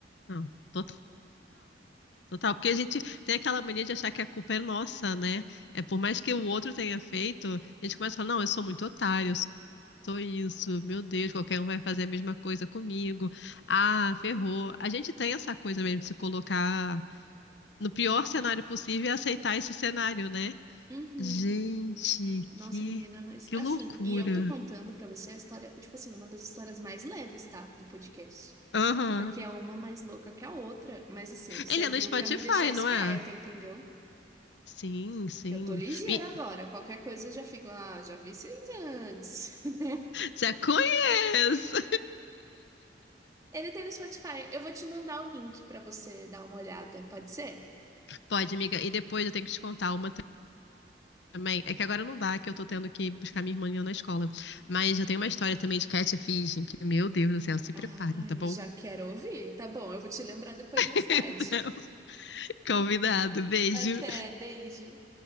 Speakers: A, on the left; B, on the right.
A: Não, total. Total, porque a gente tem aquela mania de achar que a culpa é nossa, né? É por mais que o outro tenha feito, a gente começa a falar, não, eu sou muito otário, Sou isso, meu Deus, qualquer um vai fazer a mesma coisa comigo. Ah, ferrou. A gente tem essa coisa mesmo de se colocar no pior cenário possível e aceitar esse cenário, né?
B: Uhum.
A: Gente,
B: Nossa,
A: que,
B: menina, mas
A: que
B: assim,
A: loucura.
B: e eu tô contando pra você a história, tipo assim, uma das histórias mais leves, tá, do podcast.
A: Aham.
B: Porque é uma mais louca que a outra, mas assim, serviu
A: Ele é no Spotify,
B: pra me deixar esperta,
A: não é?
B: entendeu?
A: Sim, sim.
B: Que eu tô ligeira
A: Me...
B: agora, qualquer coisa eu já fico, ah, já vi isso antes. <laughs>
A: Já conheço.
B: Ele tem no Spotify, eu vou te mandar o link pra você dar uma olhada, pode ser?
A: Pode, amiga. E depois eu tenho que te contar uma também. É que agora não dá, que eu tô tendo que buscar minha irmã na escola. Mas eu tenho uma história também de catfishing, que, meu Deus do céu, se prepara,
B: Ai,
A: tá bom?
B: já quero ouvir. Tá bom, eu vou te lembrar depois mais
A: <laughs>
B: tarde.
A: Então, Convidado, beijo.
B: Até, beijo.